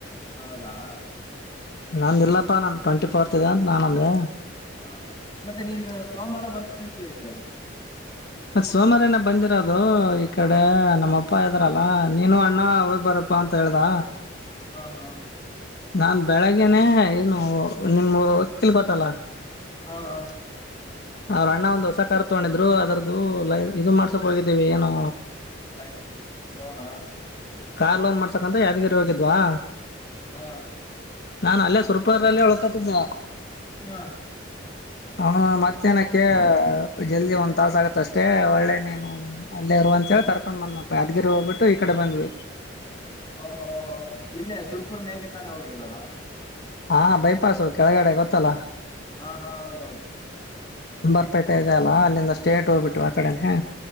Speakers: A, on the left; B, on the left.
A: ಹೌದಾ
B: ನಂದ್ ಇಲ್ಲಪ್ಪಾ ನನ್ ಟ್ವೆಂಟಿ ಫೋರ್ತ್ ಇದೆ ಅಂತ ನಾನಂದೆ
A: ಹಾ ಮತೆ ನೀನು ಸೋಮಾರ ಬರ್ತೀನಂತ ಹೇಳಿದ್ದಲ.
B: ಸೋಮಾರನೇ ಬಂದಿರೋದು ಈ ಕಡೆ ನಮ್ಮ ಅಪ್ಪ ಇದ್ರಲ ನೀನು ಅಣ್ಣ ಹೋಗ್ ಬರಪ್ಪಾ ಅಂತ ಹೇಳ್ದ
A: ಹ ಹ
B: ನಾನ್ ಬೆಳಗ್ಗೆನೇ ಇನ್ನು ನಿಮ್ ಹೊಕ್ಕಿಲ್ ಗೊತಲ
A: ಹಾ ಹಾ
B: ಅವ್ರ ಅಣ್ಣ ಒಂದು ಹೊಸ ಕಾರ್ ತಗೊಂಡಿದ್ರು ಅದರ್ ದು ಲೈ ಇದು ಮಾಡ್ಸಕ್ ಹೋಗಿದ್ದೀವಿ ಏನೋ
A: ಲೈಸೆನ್ಸ್ <unintelligible> ಲೋನಾ
B: ಕಾರ್ ಲೋನ್ ಮಾಡ್ಸಕಂತ ಯಾದ್ಗಿರಿ ಹೋಗಿದ್ವಾ
A: ಹಾ
B: ನಾನ್ ಅಲ್ಲೆ ಸುರಪುರಲ್ಲೆ ಉಳ್ಕೊಂತಿದ್ದ
A: ಹ
B: ಅವನ್ ಮತ್ತೇನುಕ್ಕೆ ಜಲ್ದಿ ಒಂದ್ ತಾಸ ಆಗತ್ ತ್ತಷ್ಟೇ ಒಳ್ಳೆ ನೀನು ಅಲ್ಲೇ ಇರುವಂತ ಹೇಳಿ ಕರ್ಕೊಂಡ್ ಬಂದಪ್ಪ ಯಾದಗಿರಿ ಹೋಗ್ಬಿಟ್ಟು ಈ ಕಡೆ ಬಂದ್ವಿ.
A: ಓ ಹೋ ಹೋ ಇಲ್ಲೆ ಸುರ್ಪುರ್ ಮೇಗಿಂದನೇ ಹೋಗಿಯಲ್ಲಣ
B: ಹಾ ಬೈಪಾಸು ಕೆಳಗಡೆ ಗೊತ್ತಲ.
A: ಹಾ ಹಾ ಹೌದೌದು.
B: ಕುಂಬಾರಪೇಟೆ ಇದೆಯಲ ಅಲ್ಲಿಂದ ಸ್ಟೇಟ್ ಹೋಗ್ಬಿಟ್ಟು ಆ ಕಡನೆ